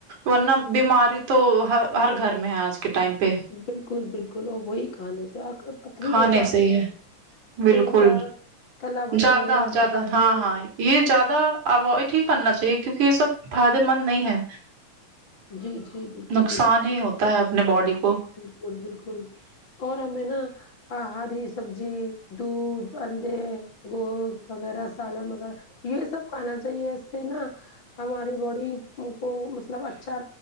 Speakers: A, on the right (about 75°); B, on the left (about 40°).
A: ورنہ بیماری تو ہ ہر گھر میں ہے آج کے ٹائم پہ
B: بالکل بالکل اور وہی کہانی سے آ پتری
A: کھانے
B: ہو جاتی
A: سے ہی
B: ہے
A: بالکل
B: تیل کا تلا بنا
A: زیادہ
B: ہوا
A: زیادہ
B: مسالے
A: ہاں ہاں یہ زیادہ اوائڈ ہی کرنا چاہیے کیونکہ یہ سب فائدے مند نہیں ہے
B: جی جی بالکل
A: نقصان ہی ہوتا ہے اپنے باڈی کو
B: بکل بالکل اور ہمیں نا ہری سبزی دودھ انڈے گوشت وغیرہ سالن وغیرہ یہ سب کھانا چاہیے اس سے نا ہماری باڈی کو مطلب اچھا